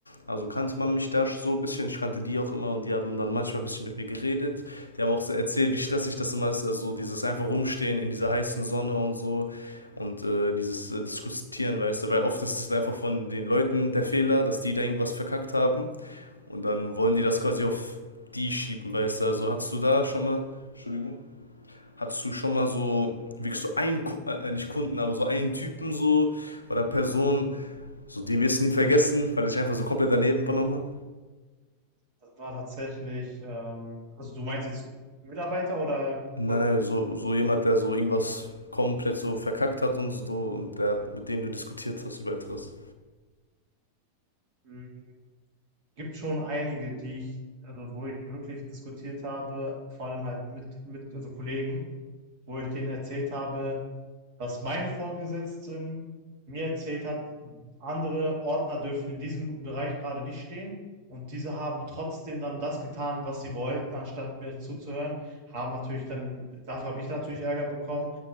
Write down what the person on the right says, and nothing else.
Das war tatsächlich, ähm, also du meinst jetzt Mitarbeiter oder
Kunde?
Hm, gibt schon einige, die ich, also wo ich wirklich diskutiert habe, vor allem halt mit, mit, also Kollegen, wo ich denen erzählt habe, dass meine Vorgesetzten mir erzählt hat, andere Ordner dürfen in diesem Bereich gerade nicht stehen. Und diese haben trotzdem dann das getan, was sie wollten, anstatt mir zuzuhören. Haben natürlich dann, dafür habe ich natürlich Ärger bekommen.